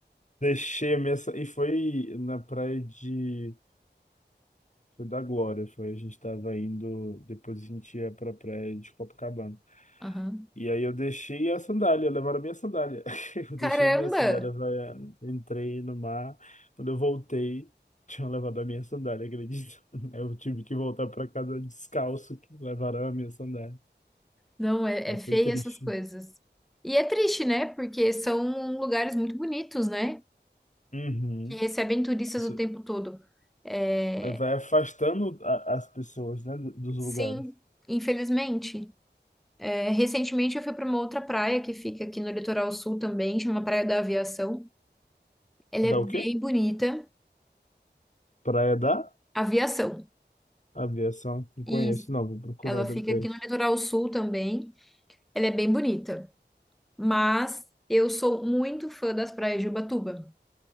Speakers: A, on the left; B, in the centre.
A: Deixei a minha. sa- E foi na praia de. Foi da Glória, foi. A gente tava indo. Depois a gente ia pra praia de Copacabana.
B: Aham.
A: E aí eu deixei a sandália, levaram a minha sandália. <laughs> Eu
B: Caramba!
A: deixei minha sandália, havaiana, entrei no mar. Quando eu voltei, tinham levado a minha sandália, acredito. <laughs> Eu tive que voltar pra casa descalço, que levaram a minha sandália.
B: Não, é,
A: Aí
B: é feio
A: foi triste.
B: essas coisas. E é triste, né? Porque são lugares muito bonitos, né?
A: Uhum.
B: Que recebem turistas
A: Isso
B: o tempo todo. É,
A: vai afastando a- as pessoas, né, do- dos
B: sim,
A: lugares.
B: infelizmente. É, recentemente eu fui para uma outra praia que fica aqui no litoral sul também, chama Praia da Aviação. Ela
A: Dá
B: é
A: o quê?
B: bem bonita.
A: Praia da?
B: Aviação.
A: Aviação, não conheço,
B: Isso.
A: não. Vou procurar
B: Ela
A: depois.
B: fica aqui no litoral sul também. Ela é bem bonita. Mas eu sou muito fã das praias de Ubatuba.